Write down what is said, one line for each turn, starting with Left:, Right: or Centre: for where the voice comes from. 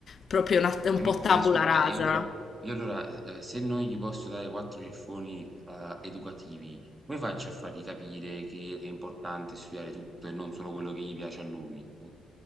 Left: proprio una- è
Right: Eh,
Left: un
Right: m-
Left: po' tabula
Right: ma scusi, ma
Left: rasa.
Right: io allora, io allora eh, se non gli posso dare quattro ciffoni eh, educativi, come faccio a fargli capire che è importante studiare tutto e non solo quello che gli piace a lui? Eh,